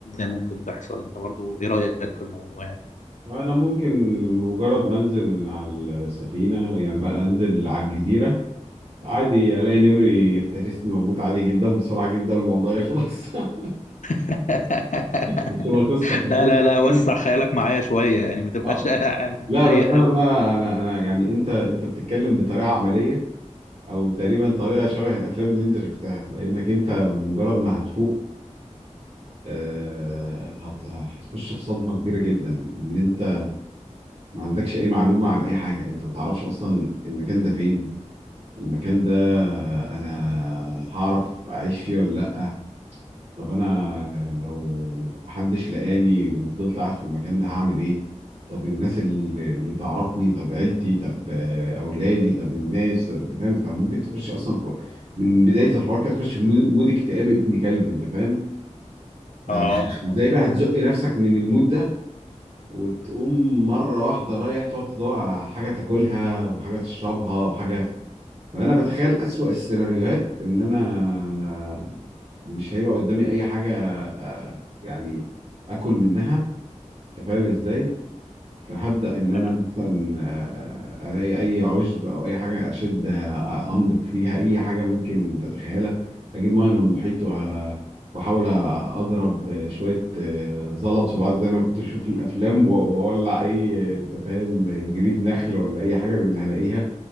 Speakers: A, on the left (about 80°); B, on the right (about 55°).
A: ممكن تحصل انت برضو ايه رايك في الموضوع يعني
B: انا ممكن مجرد ما انزل من على السفينه يعني بقى انزل على الجزيره عادي الاقي نمري يفترسني واموت عادي جدا بسرعه جدا الموضوع يخلص <laughs>
A: <laughs>
B: بتبقى قصه خطيره
A: لا لا لا
B: <laughs>
A: وسع خيالك معايا شوية يعني ما تبقاش
B: آه.
A: <laughs> عامل
B: لا
A: ضيق
B: بس انا
A: أوي
B: بقى انا انا يعني انت انت بتتكلم بطريقه عمليه او تقريبا طريقه شبه الافلام اللي انت شفتها لانك انت مجرد ما هتفوق آه، هت- هتخش في صدمه كبيره جدا ان انت ما عندكش اي معلومه عن اي حاجه انت ما تعرفش اصلا المكان ده فين المكان ده انا هعرف اعيش فيه ولا لا طب انا لو محدش لقاني وفضلت قاعد في المكان ده هعمل ايه طب الناس اللي, اللي تعرفني طب عيلتي طب آه، اولادي طب الناس طب انت فاهم فممكن تخش اصلا في من بدايه الحوار كده تخش في مود مود اكتئاب ابن كلب انت فاهم فازاي
A: اه مظبوط
B: بقى هتزق نفسك من المود ده وتقوم مره واحده رايح تقعد تدور على حاجه تاكلها وحاجه تشربها وحاجه فانا بتخيل اسوأ السيناريوهات ان انا مش هيبقى قدامي اي حاجه آه، يعني اكل منها انت فاهم ازاي فهبدا ان انا
A: حلو
B: مثلا آه، الاقي اي عشب او اي حاجه اشد آه، امضغ فيها اي حاجه ممكن تتخيلها اجيب ميه من المحيط وأ- واحاول اضرب شويه آه، زلط في بعض زي ما كنت بشوف في الافلام و- واولع اي آه، انت فاهم جريد نخل ولا اي حاجه من اللي هلاقيها